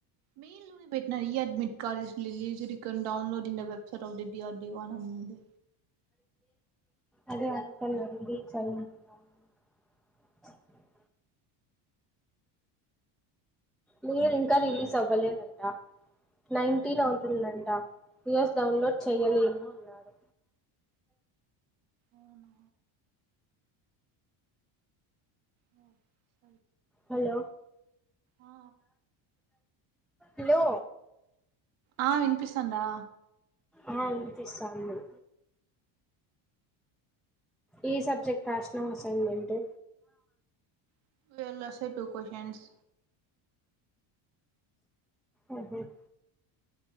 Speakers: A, on the right (about 75°); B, in the centre.
A: మెయిల్ లోనే పెట్నా ఈ అడ్మిట్ కాలజ్ లీజు రీ ఇ ౌన్లోడ్డి ద వ వెబ్సైట్వుడి అ పోనంది
B: అదే అడుగుతలే రిలీజ్ అయ్యిందా <unintelligible> మీర్ ఇంకా రిలీజ్ అవ్వలేనంట. నైన్టీన్ అవుతుందంట, యూఎస్ డౌన్లోడ్ చేయలేము అన్నారూ.
A: అవునా ఉమ్.
B: హలో
A: ఆ
B: హలో.
A: ఆ ఆ వినిపిస్తాందా
B: ఆ వినిపిస్తాన్ది. ఏ సబ్జెక్ట్ రాశినవ్ స్. సంగంటే.
A: <unintelligible> అస్తాయి టూ క్వశ్చన్స్.
B: ఉహుమ్.